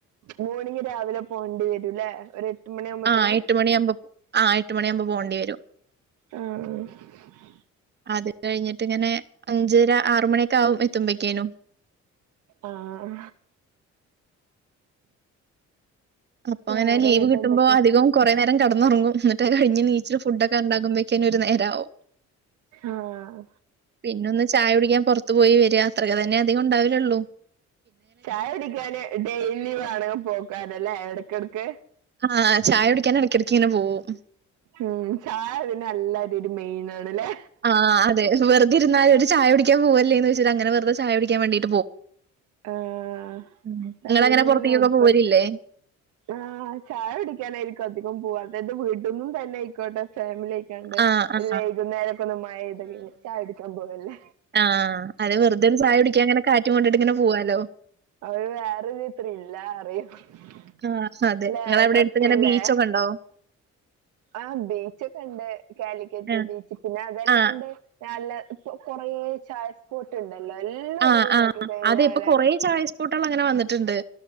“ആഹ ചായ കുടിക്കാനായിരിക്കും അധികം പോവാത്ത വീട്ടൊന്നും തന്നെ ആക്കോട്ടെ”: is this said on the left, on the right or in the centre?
Right